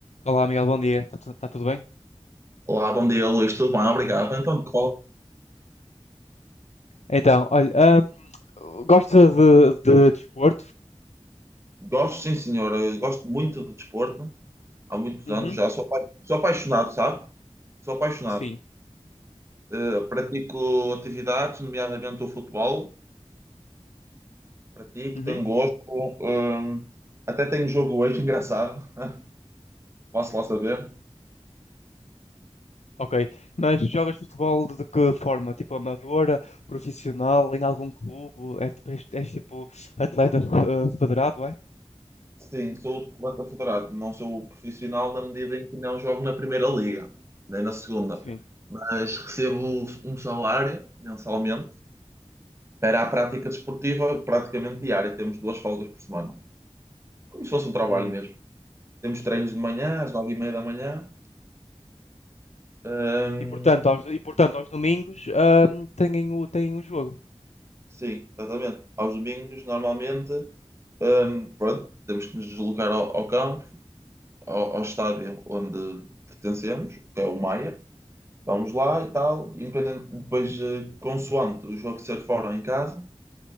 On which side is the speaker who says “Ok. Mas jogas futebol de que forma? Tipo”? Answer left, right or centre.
Left